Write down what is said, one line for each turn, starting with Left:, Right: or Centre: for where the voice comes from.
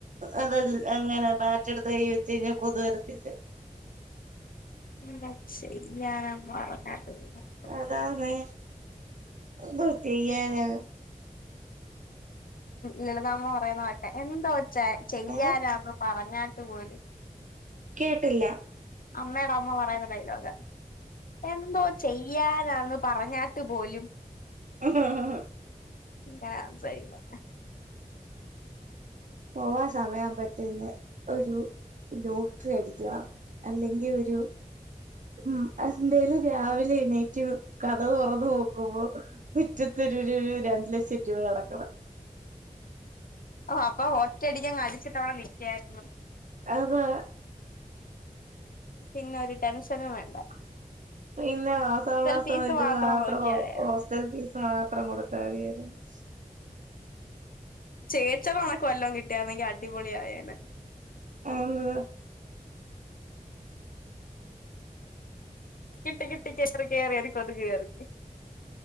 Right: അതല്ലെ അങ്ങന ബാറ്റെടുത്ത് കൈ വെച്ച് കഴിഞ്ഞാ കൊതു വരത്തില്ല
Left: എന്താ ചെയ്യാ <unintelligible>
Right: അതാന്നെ എന്തോ ചെയ്യാന
Left: ലളിതാമ്മ പറയുന്നണക്കെ എന്തോ ച്ചാ ചെയ്യാനാ
Right: ഏ
Left: പറഞ്ഞാട്ട് പോലും
Right: കേട്ടില്ല
Left: അമ്മേടെ അമ്മ പറയുന്ന ഡൈലോഗ എന്തോ ചെയ് യ്യാനാന്ന് പറഞ്ഞാട്ട് പോലും
Right: <unintelligible>
Left: ങ്ങനാ സംസാരിക്കുന്നെ
Right: ഓഹ് ആ സമയാവുമ്പോ പിന്നെ ഒരു ലോട്ടറി അടിക്കണം അല്ലെങ്കി ഒരു ഉം എന്തേലും രാവിലെ എണീറ്റ് കതക് തൊറന്ന് നോക്കുമ്പോ മിറ്റത്തൊരു ഒരുരു രണ്ട് ലക്ഷം രൂപ കിടക്കണം
Left: ഓഹ് അപ്പൊ ഒറ്റടിക്കങ്ങടിച്ചിട്ടവടെ നിക്കാരുന്നു
Right: അതാ
Left: പിന്നൊരു ടെൻഷനും വേ
Right: <inaudible> പിന്നെ മാസമാസം
Left: ഫീസ്
Right: ഇത് മാത്രം
Left: നോക്കിയാമതിയാ
Right: ഹോ ഹോസ്റ്റൽ ഫീസ് മാത്രം കൊടുത്താതിയായിരുന്നു <inaudible>
Left: ചേച്ചിടണക്ക് വല്ലം കിട്ടിയന്നെങ്കി അടിപൊളിയായേനെ
Right: ആന്ന്
Left: കിട്ടി കിട്ടി കേറി കേറി ഒരു കൊതുക് കേറി